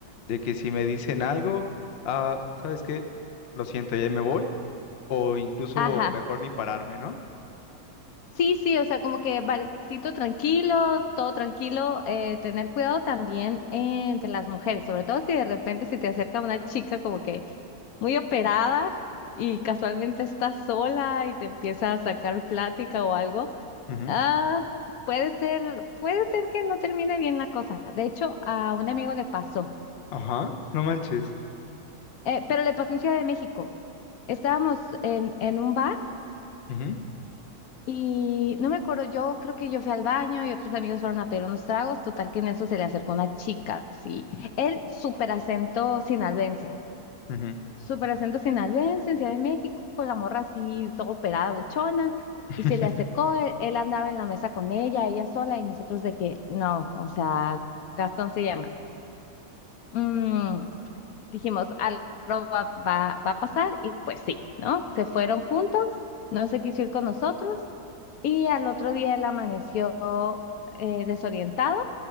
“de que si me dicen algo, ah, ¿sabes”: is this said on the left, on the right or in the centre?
Left